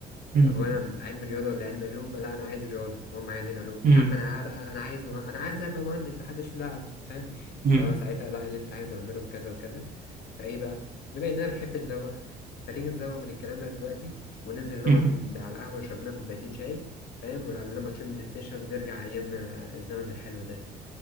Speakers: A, on the left (about 65°); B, on the right (about 55°).
A: "أه،
B: أمم،
A: وانا علم رياضه ولا علم علوم لا انا عايز رياضه هم عايزين علوم
B: أمم،
A: يا عم انا هبقى انا عايز مه... انا عايز ابقى مهندس محدش في دعوه فاهم
B: أمم،
A: فساعتها لا اللي انت عايزه اعمله بكذا وكذا فايه بقى بما اننا بنحب نزوغ فتيجي نزوغ من الكلام ده دلوقتي وننزل نقعد
B: أمم.
A: ند- على القهوه نشرب لنا كوبايتين شاي فاهم ونلعب لنا ماتشين بلاي ستيشن ونرجع ايام الزمن الحلو ده